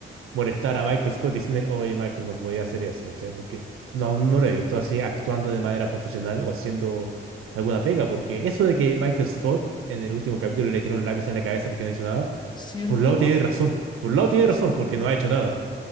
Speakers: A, on the right; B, on the left.
A: molestar a Michael Scott y decirle, oye, Michael, no podía hacer eso, ¿cachai? Porque no, aún no lo he visto así actuando de manera profesional o haciendo alguna pega, porque eso de que Michael Scott en el último capítulo le tira un lápiz en la cabeza porque no hizo nada,
B: ¿Cierto?
A: por un lado tiene razón, por un lado tiene
B: Sí,
A: razón
B: va.
A: porque no ha hecho nada.